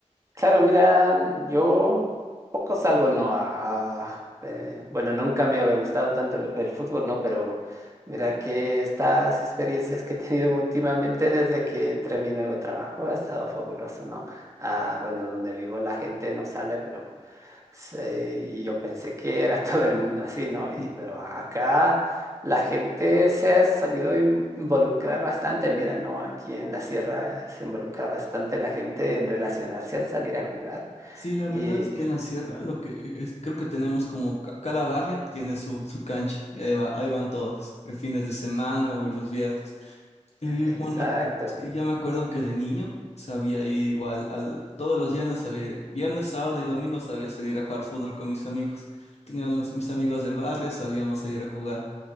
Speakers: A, on the right; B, on the left.
A: Claro, mira, yo poco salgo, ¿no? A, eh, bueno, nunca me había gustado tanto el, el fútbol, ¿no? Pero mira que estas experiencias que he tenido últimamente desde que entré a mi nuevo trabajo ha estado fabuloso, ¿no? Ah, bueno, donde vivo la gente no sale, pero... Sí, y yo pensé que era <laughs> todo el mundo así, ¿no?
B: Ujú.
A: Y, pero acá la gente se ha solido in- involucrar bastante, mira, ¿no? Aquí en la sierra se involucra bastante la gente en relacionarse al salir a jugar.
B: Sí, la
A: Y
B: verdad es que en la sierra lo que es, creo que tenemos como ca- cada barrio tiene su, su cancha y ahí va, ahí van todos, en fines de semana o en los viernes. Yo yo
A: exacto,
B: igual me, sí, yo me acuerdo que de niño sabía ir igual al, todos los viernes sabía, viernes, sábado y domingo sabía salir a jugar fútbol con mis amigos. Tenían los, mis amigos del barrio, sabíamos salir a jugar